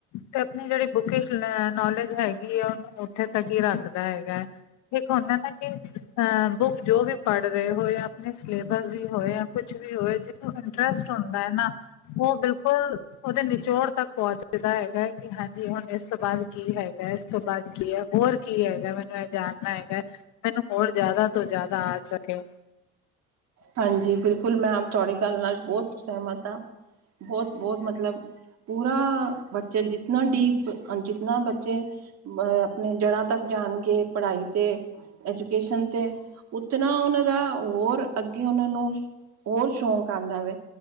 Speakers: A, on the left; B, on the right.
A: ਤੇ ਆਪਣੀ ਜਿਹੜੀ ਬੁਕਸ ਨੋਲੇਜ ਹੈਗੀ ਆ ਉਹਨੂੰ ਉੱਥੇ ਤੱਕ ਰੱਖਦਾ ਹੈਗਾ ਹੈ। ਇੱਕ ਹੁੰਦਾ ਨਾ ਕਿ ਅਹ ਬੁੱਕ ਜੋ ਵੀ ਪੜ੍ਹ ਰਹੇ ਹੋਏ ਆਪ ਸਿਲੇਬਸ ਦੀ ਹੋਏ ਜਾਂ ਕੁਛ ਵੀ ਹੋਏ ਜਿਹਨੂੰ ਇੰਟਰਸਟ ਹੁੰਦਾ ਹੈ ਨਾ ਉਹ ਬਿਲਕੁਲ ਉਤੇ ਨਿਚੋੜ ਤੱਕ ਪਹੁੰਚਦਾ ਹੈਗਾ ਹੈ ਕਿ ਹਾਂਜੀ ਹੁਣ ਇਸ ਤੋਂ ਬਾਅਦ ਕੀ ਹੈਗਾ। ਏਸ ਤੋਂ ਬਾਅਦ ਕੀ ਐ? ਹੋਰ ਕੀ ਹੈਗਾ ਮੈਨੂੰ ਏ ਜਾਨਨਾ ਹੈਗਾ ਮੈਨੂੰ ਹੋਰ ਜ਼ਿਆਦਾ ਤੋਂ ਜ਼ਾਦਾ ਆ ਸਕੇ
B: ਹਾਂਜੀ ਬਿਲਕੁਲ ਮੈਂ ਆਪ ਤੁਆਡੀ ਗੱਲ ਨਾਲ ਬੋਤ ਸੇਹਮਤ ਆਂ ਬੋਤ ਬੋਤ ਮਤਲਬ ਪੂਰਾ ਬੱਚੇ ਜਿਤਨਾ ਡੀਪ ਅ ਜਿਤਨਾ ਬੱਚੇ ਅ ਨੇ ਜੜ੍ਹਾਂ ਤੱਕ ਜਾਨਗੇ ਪੜ੍ਹਾਈ 'ਤੇ ਐਜੂ ਕੇਸ਼ਨ ਤੇ ਉਤਨਾ ਉਨਾਂ ਦਾ ਹੋਰ ਅੱਗੇ ਉਨਾਂ ਨੂੰ ਹੋਰ ਸ਼ੌਕ ਆਂਦਾ ਵੇ